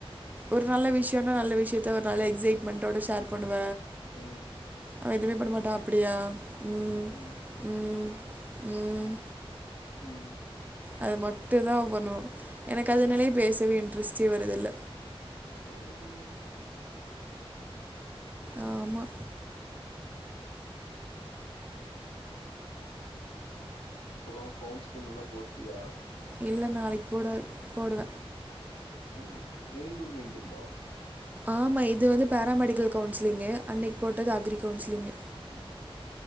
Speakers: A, on the right; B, on the left.
A: ஒரு நல்ல விஷயனா நல்ல விஷயத்த ஒரு நல்ல எக்ஸைட்மெண்ட்டோட ஷேர் பண்ணுவ
B: ம்
A: அவ எதுமே பண்ண மாட்டா அப்டியா ம்
B: ம்
A: ம் ம்
B: ம்
A: அது மட்டும் தா அவ பண்ணுவா எனக்கு
B: ம்.
A: அதனாலயே பேசவே இன்ட்ரெஸ்டே வருது இல்ல
B: ம்ம்
A: ஆமா
B: அப்பற கவுன்சிலிங்கலா போட்டியா
A: இல்ல நாளைக்கு போட போடுவ
B: ம் மீண்டும் மீண்டும்மா
A: ஆமா இது வந்து பேராமெடிக்கல் கவுன்சிலிங்கு அன்னைக் போட்டது அக்ரி கவுன்சிலிங்கு
B: ம்